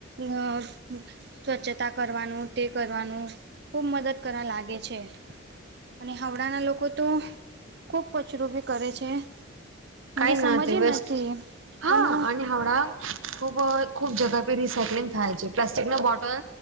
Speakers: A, on the right; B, on the right.
A: અ સ્વછતા તા કરવાનું, તે કરવાનું ખુબ મદદ કરવા લાગે છે. અને હાવડાના લોકો તો, ખૂબ કચરો બી કરે છે. મજે
B: કાઈ
A: સમજ
B: ના તે વેસ્ટ
A: નથી
B: હા..
A: પણ
B: હડા ખુબ, ખુબ જગ્યા પે રીસાયક્લિંગ થાય છે. પ્લાસ્ટિક ના બોટલ